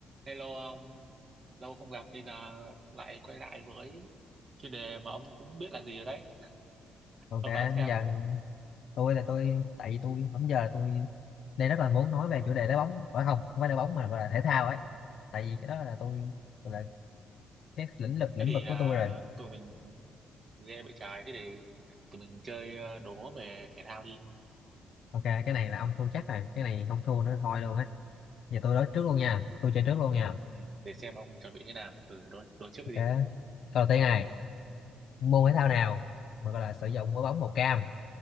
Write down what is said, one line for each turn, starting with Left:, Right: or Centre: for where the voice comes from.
Right: Hello ông, lâu không gặp, bây giờ lại quay lại với chuyên đề mà ông cũng biết là gì rồi đấy.
Left: ok
Right: Ông đoán xem.
Left: giờ tôi là tôi tại vì tôi bấm giờ là tôi đây rất là muốn nói về chủ đề đá bóng gọi không không phải đá bóng mà gọi là thể thao ấy tại vì cái đó là tôi gọi là cái lĩnh vực lĩnh
Right: Thế thì
Left: vực
Right: à,
Left: của tôi rồi
Right: tụi mình game bị trái, thế thì tụi mình chơi à, đố về thể thao đi.
Left: ok cái này là ông thua chắc này cái này không thua nữa thôi luôn á giờ tôi nói trước luôn nha tôi chơi trước luôn nha
Right: Ừ, để xem ông chuẩn bị thế nào. Ừ, đố đối trước
Left: ok
Right: đi.
Left: câu đầu tiên này môn thể thao nào mà gọi là sử dụng quả bóng màu cam